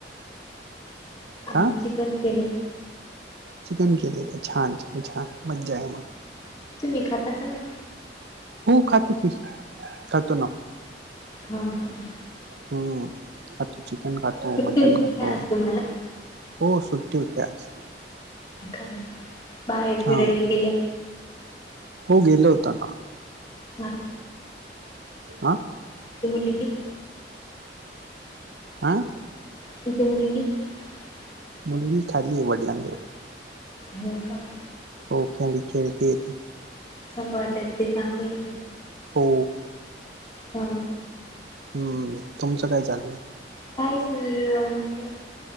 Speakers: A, on the left; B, on the right.
A: आणि
B: हा
A: चिकन केले.
B: चिकन केले का छान छान छान मजा य मग
A: तुम्ही खाता का नाय
B: हो खातो की, खातो ना
A: हम हम
B: हम्म खातो चिकन खातो,
A: सुट्टी
B: मटन
A: होती
B: खातो.
A: काय आज तुम्हाला
B: हो सुट्टी होते आज
A: का बाहेर फिरयला
B: हा
A: गेल्या.
B: हो गेलं होता ना,
A: हम्
B: आं
A: त मुलीप <inaudible>
B: आं
A: <unintelligible>
B: मुलगी खाली वडिलांजवळ
A: हो काय
B: हो खाली खेळतीय ती
A: सांभाळत्यात ते चांगले.
B: हो.
A: हा.
B: हम्म. तुमचं काय चालू आहे?
A: हाय की निवांत.